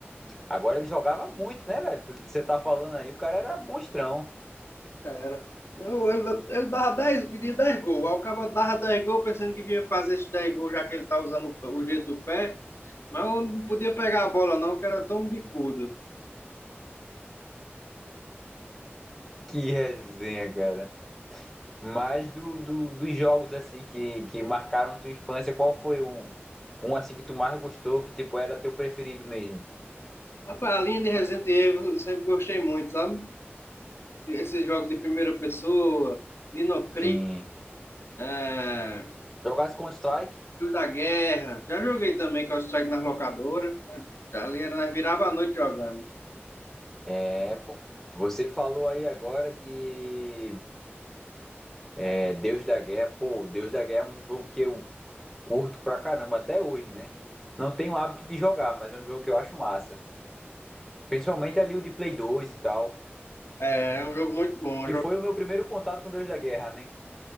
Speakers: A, in the centre; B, on the left.
A: Agora ele jogava muito, né, velho? Pelo que você tá falando aí, o cara era monstrão.
B: Era. Não, Ele, ele dava dez pedia 10 gols. Aí o cara dava 10 gols pensando que vinha fazer esses 10 gols, já que ele tá usando o o jeito do pé. Mas eu não podia pegar a bola, não, que era tão bicudo.
A: Que resenha, cara. Mas do, do- dos jogos, assim, que, que marcaram tua infância, qual foi um, um, assim, que tu mais gostou, que, tipo, era teu preferido mesmo?
B: Rapaz, a linha de Resident Evil eu sempre gostei muito, sabe? Esses jogos de primeira pessoa, Dino
A: Sim.
B: Crisis, é,
A: Jogasse Counter-Strike?
B: Filho da Guerra. Já joguei também Counter-Strike nas locadoras. né? Ali era, nós virava a noite jogando.
A: É, pô. Você falou aí agora de é, Deus da Guerra. Pô, Deus da Guerra é um jogo que eu curto pra caramba até hoje, né? Não tenho hábito de jogar, mas é um jogo que eu acho massa. Principalmente ali o de Play 2 e tal.
B: É, é um jogo muito bom. um
A: E
B: jogo-
A: foi o meu primeiro contato com Deus da Guerra, né?